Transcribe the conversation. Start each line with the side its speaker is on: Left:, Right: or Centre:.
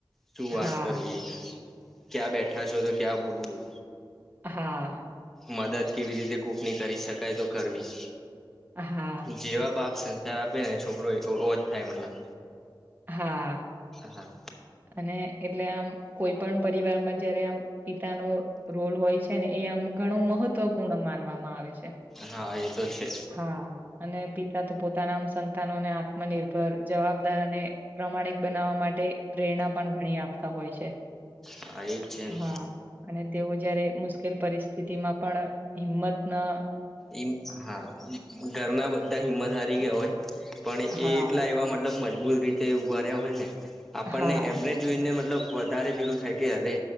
Centre: શું વાત
Right: હા
Centre: કરવી ક્યાં બેઠા છો તો ક્યાં બોલવું
Right: હા
Centre: મદદ કેવી રીતે કૂકની કરી શકાય તો કરવી
Right: હા
Centre: જેવા બાપ છે આપે ને છોકરો ઓ જ થાય મતલબ
Right: હા
Centre: હા
Right: અને એટલે આમ કોઈ પણ પરિવાર માં જયારે આમ પિતાનો રોલ હોય છે ને એ આમ ઘણું મહત્વપૂર્ણ માનવામાં આવે છે
Centre: હા એ તો છે
Right: હા અને પિતા તો પોતાનામ સંતાનોને આત્મનિર્ભર જવાબદાર અને પ્રમાણિક બનાવવા માટે પ્રેરણા પણ ઘણી આપતા હોય છે
Centre: હા એ જ છે
Right: હા અને તેઓ જયારે મુશ્કેલ પરિસ્થિતિ માં પણ હિંમત ના
Centre: એવું હા ઘરના બધા હિંમત હારી ગયા હોય પણ
Right: હા.
Centre: એ એકલા એવા મતલબ મજબૂત રીતે ઉભા રહ્યા હોય ને આપણને
Right: હા
Centre: એમને જોઈને મતલબ વધારે પેલું થાય કે અરે